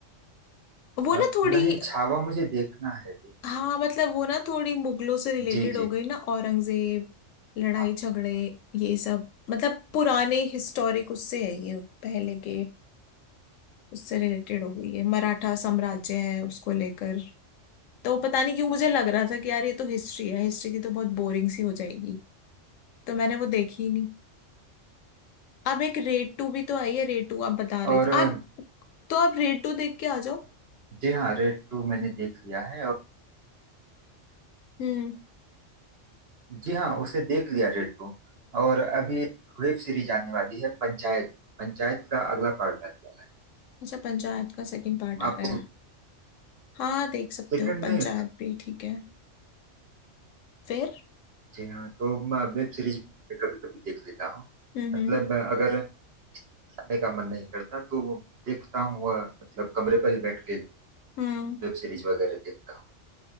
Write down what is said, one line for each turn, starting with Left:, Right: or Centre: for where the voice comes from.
Left: वो
Right: अ,
Left: ना थोड़ी
Right: नहीं छावा मुझे देखना है भी
Left: हाँ मतलब वो ना थोड़ी मुगलों से रिलेटेड
Right: जी जी
Left: हो गई ना औरंगजेब लड़ाई
Right: हाँ
Left: झगड़े ये सब मतलब पुराने हिस्टोरिक उससे है ये पहले के उससे रिलेटेड हो गई है मराठा साम्राज्य है उसको लेकर तो पता नहीं क्यों मुझे लग रहा था कि यार ये तो हिस्ट्री है हिस्ट्री की तो बहुत बोरिंग सी हो जाएगी तो मैंने वो देखी ही अब एक रेड टू भी तो आई है रेड टू आप बता रहे
Right: और
Left: थे
Right: अ,
Left: आप तो आप रेड टू देख के आ जाओ
Right: जी हाँ रेड टू मैंने देख लिया है और
Left: हम्म
Right: जी हाँ उसे देख लिया रेड टू और अभी वेब सीरीज आने वाली है पंचायत पंचायत का अगला पार्ट आने वाला
Left: अच्छा पंचायत का सेकंड
Right: है
Left: पार्ट आ
Right: आपको
Left: रहा है हाँ देख सकते
Right: सेकंड
Left: हो पंचायत
Right: नहीं था
Left: भी ठीक है फिर
Right: जी हाँ तो मैं वेब सीरीज कभी कभी देख लेता हूँ
Left: हम्म हम्म
Right: मतलब अ, अगर जाने का मन नहीं करता तो वो देखता हूँ वह मतलब कमरे पर ही बैठ के
Left: हम्म।
Right: वेब सीरीज वगैरह देखता हूँ